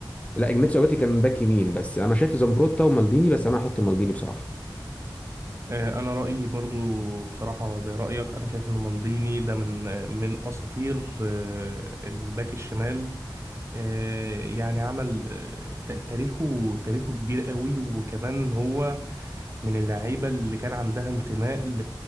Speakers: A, on the left; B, on the right.
A: لا اجناتسيو اباتي كان باك يمين بس انا شايف زامبروتا ومالديني بس انا هحط مالديني بصراحه
B: آه، انا رايي برضو بصراحه زي رايك انا شايف ان مالديني ده من آه، من اساطير آه، الباك الشمال آه، يعني عمل آه، ت- تاريخه تاريخه كبير قوي وكمان هو من اللعيبه اللي كان عندها انتماء ل-